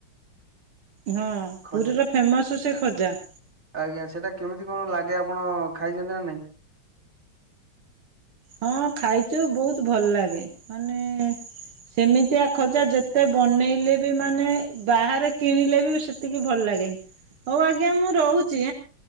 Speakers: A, on the right; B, on the right.
A: ହଁ
B: ଖଜା
A: ପୁରୀର ଫେମସ ସେ ଖଜା।
B: ଆଜ୍ଞା ସେଟା କେମିତି କଣ ଲାଗେ ଆପଣ ଖାଇଛନ୍ତି ନା ନାଇଁ?
A: ହଁ ଖାଇଛୁ ବହୁତ ଭଲ ଲାଗେ। ମାନେ ସେମିତିଆ ଖଜା ଯେତେ ବନେଇଲେ ବି ମାନେ ବାହାରେ କିଣିଲେ ବି ସେତିକି ଭଲ ଲାଗେନି। ହଉ ଆଜ୍ଞା ମୁଁ ରହୁଛି